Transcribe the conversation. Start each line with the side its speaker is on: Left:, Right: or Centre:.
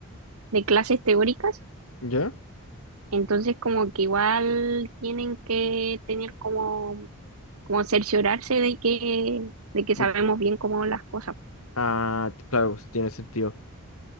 Right: de clases teóricas,
Left: ¿Ya?
Right: entonces como que igual tienen que tener como como cerciorarse de que, de que
Left: De-
Right: sabemos bien cómo las cosas.
Left: Ah, claro, pues, tiene sentido.